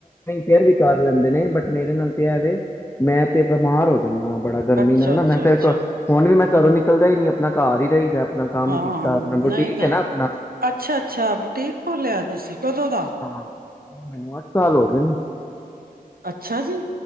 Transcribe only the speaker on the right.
ਅੱਛਾ
ਅੱਛਾ
ਅੱਛਾ
ਹਾਂ,
ਨਹੀਂ, ਨਹੀਂ
ਅੱਛਾ, ਅੱਛਾ ਬੁਟੀਕ ਖੋਲਿਆ ਤੁਸੀਂ ਕਦੋਂ ਦਾ
ਅੱਛਾ ਜੀ